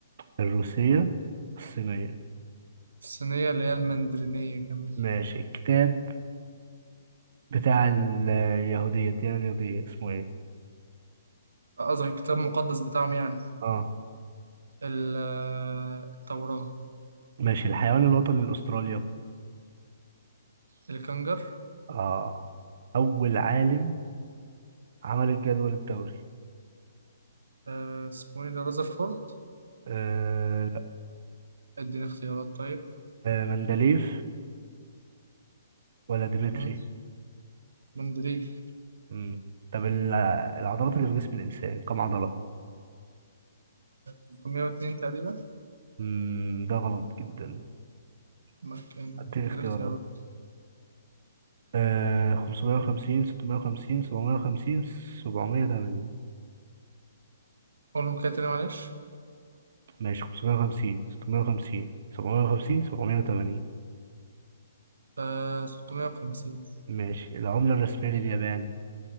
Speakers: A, on the right; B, on the right.
A: الروسية الصينية
B: الصينية اللي هي المندرينية كمان
A: ماشي الكتاب بتاع اليهودية الديانة اليهودية اسمه ايه؟
B: آه، قصدك الكتاب المقدس بتاعهم يعني
A: اه
B: ال- التوراة
A: ماشي الحيوان الوطني لأستراليا
B: الكنجر
A: اه أول عالم عمل الجدول الدوري
B: آه، اسمه ايه ده رذرفورد
A: آه لا
B: اديني اختيارات طيب
A: آه مندليف ولا ديمتري
B: مم. مندليف
A: امم طب ال- العضلات اللي في جسم الإنسان كم عضلة؟
B: 302 تقريبا
A: امم ده غلط جدا
B: ما كان
A: أديك
B: اديني
A: اختيارات
B: اختيارات
A: آه 550 650 750 780
B: قولهم كده تاني معلش
A: ماشي 550 650 750 780
B: آه 650
A: ماشي العملة الرسمية لليابان